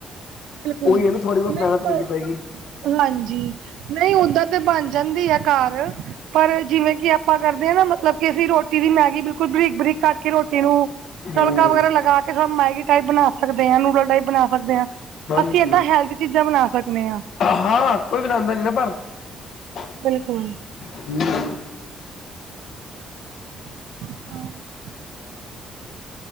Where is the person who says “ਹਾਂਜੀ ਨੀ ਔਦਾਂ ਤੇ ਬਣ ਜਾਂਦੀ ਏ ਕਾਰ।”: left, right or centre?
Right